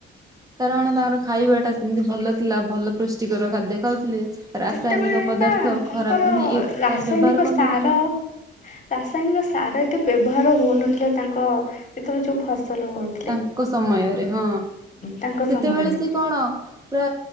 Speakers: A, on the right; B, on the left.
A: କାରଣ ତାଙ୍କର ଖାଇବାଟା ସେମିତି ଭଲ ଥିଲା ଭଲ ପୁଷ୍ଟିକର ଖାଦ୍ୟ। ଖାଉଥିଲେ ରାସାୟନିକ
B: ସେତେବେଳେ
A: ପଦାର୍ଥ
B: ନା ତାଙ୍କର
A: ଖରାପ ମାନେ ତାର
B: ରାସାୟନିକ
A: ବ୍ୟବହାର କରୁନଥିଲେ।
B: ସାର ରାସାୟନିକ ସାର ଏତେ ବ୍ୟବହାର ହଉନଥିଲା ତାଙ୍କ ଯେତେବେଳେ ଯେଉଁ ଫସଲ ବେଳକୁ
A: ତାଙ୍କ ସମୟରେ ହଁ
B: ତାଙ୍କ
A: ସେତେବେଳେ
B: ସମୟରେ
A: ସେ କଣ ପୁରା